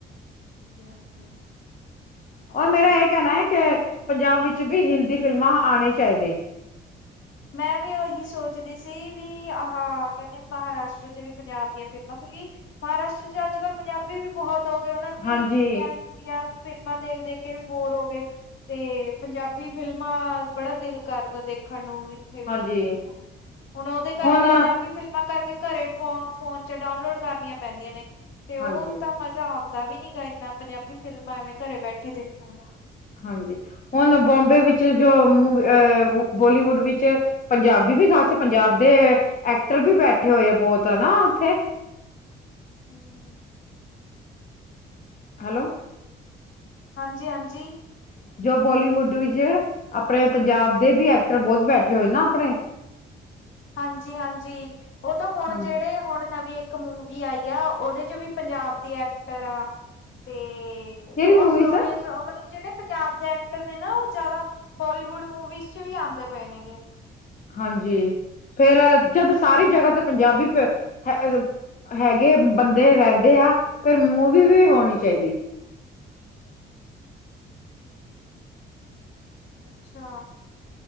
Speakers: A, on the left; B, on the left.
A: ਹਾਂਜੀ। ਆ
B: ਔਰ
A: ਤਾਂ ਸਹੀ
B: ਮੇਰਾ ਇਹ ਕਹਿਣਾ
A: ਗੱਲ
B: ਹੈ
A: ਆ
B: ਕਿ, ਪੰਜਾਬ ਵਿੱਚ ਵੀ ਹਿੰਦੀ ਫਿਲਮਾਂ ਆਣੇ ਚਾਹੀਦੇ।
A: ''ਮੈਂ ਵੀ ਉਹੀ ਸੋਚਦੀ ਸੀ, ਵੀ ਆਹ ਕਹਿੰਦੇ ਮਹਾਰਾਸ਼ਟਰ'ਚ ਵੀ ਪੰਜਾਬ ਦੀਆਂ ਫਿਲਮਾਂ ਕਿਉਂਕਿ ਮਹਾਰਾਸ਼ਟਰ'ਚ ਅੱਜ-ਕੱਲ ਪੰਜਾਬੀ ਵੀ ਬਹੁਤ ਹੋਗੇ, ਉਹਨਾਂ ਨੂੰ ਵੀ-
B: ਹਾਂਜੀ
A: ਦੀਆਂ ਫ਼ਿਲਮਾਂ ਦੇਖ-ਦੇਖਕੇ ਵੀ ਬੋਰ ਹੋ ਗਏ। ਤੇ, ਪੰਜਾਬੀ ਫਿਲਮਾਂ ਬੜਾ ਦਿਲ ਕਰਦਾ ਦੇਖਣ ਨੂੰ, ਵੀ ਉੱਥੇ ਵੀ,
B: ਹਾਂਜੀ
A: ਹੁਣ ਉਹਦੇ ਕਰਕੇ,
B: ਹੁਣ
A: ਪੰਜਾਬੀ ਫਿਲਮਾਂ ਕਰਕੇ ਘਰੇ ਫੋ ਫੋਨ'ਚ ਡਾਊਨਲੋਡ ਕਰਨੀਆਂ ਪੈਂਦੀਆਂ ਨੇ, ਤੇ ਉਹ
B: ਹਾਂਜੀ
A: ਤਾਂ ਮਜ਼ਾ ਆਂਦ ਦਾ ਵੀ ਨੀਗਾ, ਇੰਨਾ ਪੰਜਾਬੀ ਫਿਲਮਾਂ ਐਵੇਂ ਘਰੇ ਬੈਠੇ ਦੇਖਾ ਨਾ
B: ਹਾਂਜੀ, ਹੁਣ ਬੌਂਬੇ ਵਿੱਚ, ਜੋ ਅ ਬੋਲੀਵੁੱਡ ਵਿੱਚ ਪੰਜਾਬੀ ਵੀ ਖਾਸੇ ਪੰਜਾਬ ਦੇ ਐਕਟਰ ਵੀ ਬੈਠੇ ਹੋਏ ਆ, ਬਹੁਤ ਹਨਾ, ਉੱਥੇ।
A: ਹੂੰ
B: ਹੈਲੋ!
A: ਹਾਂਜੀ-ਹਾਂਜੀ।
B: ਜੋ ਬੋਲੀਵੁੱਡ ਵਿੱਚ, ਆਪਣੇ ਪੰਜਾਬ ਦੇ ਵੀ ਐਕਟਰ ਬਹੁਤ ਬੈਠੇ ਹੋਏ ਨਾ, ਆਪਣੇ।
A: ਹਾਂਜੀ-ਹਾਂਜੀ, ਉਹ ਤਾਂ ਹੁਣ
B: ਹਾਂਜੀ
A: ਜਿਹੜੇ, ਹੁਣ ਨਵੇ ਇੱਕ ਮੂਵੀ ਆਈ ਆ, ਉਹਦੇ ਚ ਵੀ ਪੰਜਾਬ ਦੀ ਐਕਟਰ ਆ ਤੇ।
B: ਕਿਹੜੀ
A: ਬਹੁਤ
B: ਮੂਵੀ
A: ਸੋਹਣੇ।
B: ਸਰ
A: ਮਤਲਬ ਜਿਹੜੇ ਪੰਜਾਬ ਦੇ ਐਕਟਰ ਨੇ ਨਾ ਉਹ ਜ਼ਿਆਦਾ ਬੋਲੀਵੁੱਡ ਮੂਵੀਜ਼ ਚ ਵੀ ਆਉਂਦੇ ਪਏ ਨੇ ਗੇ।
B: ਹਾਂਜੀ, ਫੇਰ ਜਦ
A: ਹਾਂ
B: ਸਾਰੀ ਜਗ੍ਹਾ ਤੇ ਪੰਜਾਬੀ ਫਿਲਮ। ਹੈਗੇ ਬੰਦੇ ਰਹਿੰਦੇ ਆ। ਫਿਰ ਮੂਵੀ ਵੀ ਹੋਣੀ ਚਾਹੀਦੀ।
A: ਅੱਛਾ।